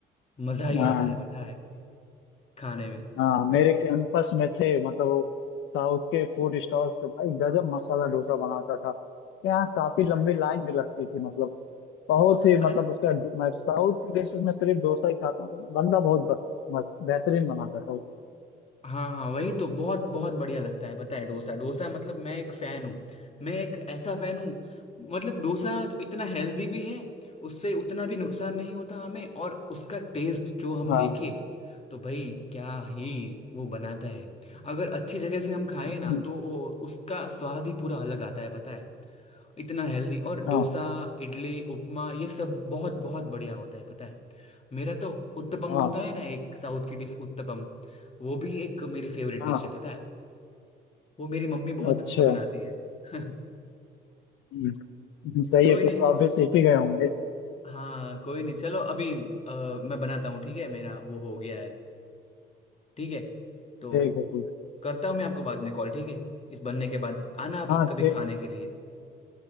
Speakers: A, on the left; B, on the left.
A: मजा ही
B: हाँ
A: आता है पता है खाने में
B: हाँ मेरे कैंपस में थे मतलब वो साउथ के फूड स्टॉल्स तो भाई गजब मसाला डोसा बनाता था यहाँ काफी लंबी लाइन भी लगती थी मतलब बहुत ही
A: अरे
B: मतलब उसका मैं साउथ की डिशेस में सिर्फ डोसा ही खाता हूँ बंदा बहुत ब- मस्त- बेहतरीन बनाता था वो।
A: हाँ हाँ वही तो बहुत बहुत बढ़िया लगता है पता है डोसा डोसा मतलब मैं एक फैन हूँ मैं एक ऐसा फैन हूँ मतलब डोसा इतना हेल्दी भी है उससे उतना भी नुकसान नहीं होता हमें और उसका टेस्ट जो हम
B: हाँ
A: देखे तो भाई क्या ही वो बनाता है अगर अच्छी जगह से हम खाए ना
B: हम्म,
A: तो वो- उसका स्वाद ही पूरा अलग आता है पता है इतना हेल्दी और डोसा
B: हाँ
A: इडली उपमा ये सब बहुत बहुत बढ़िया होता है पता है मेरा तो उत्तपम
B: हाँ
A: होता है ना एक साउथ की डिश उत्तपम वो भी एक मेरी फेवरेट
B: हाँ
A: डिश है पता है वो मेरी मम्मी बहुत
B: अच्छा
A: अच्छा बनाती है <laughs>
B: हम्म, हम्म, सही
A: कोई
B: है फिर
A: नहीं
B: तो आप भी सीख ही गए होंगे
A: हाँ कोई नहीं चलो अभी अ, मैं बनाता हूँ ठीक है मेरा वो हो गया है ठीक है तो
B: ठीक है ठीक
A: करता हूँ मैं आपको बाद में कॉल ठीक है इस बनने के बाद आना अभी
B: हाँ
A: कभी
B: ठीक
A: खाने के लिए